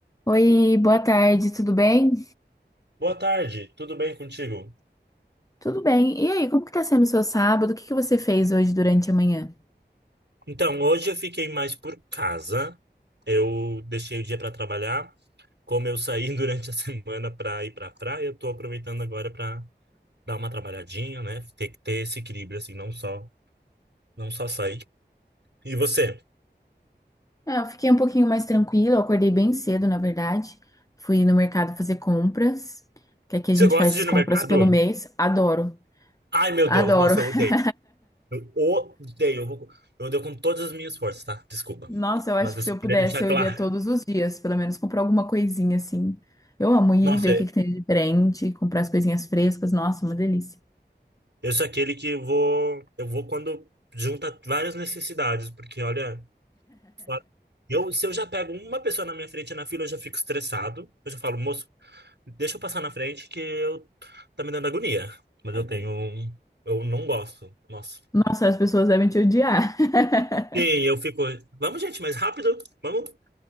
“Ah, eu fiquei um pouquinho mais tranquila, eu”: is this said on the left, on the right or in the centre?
Left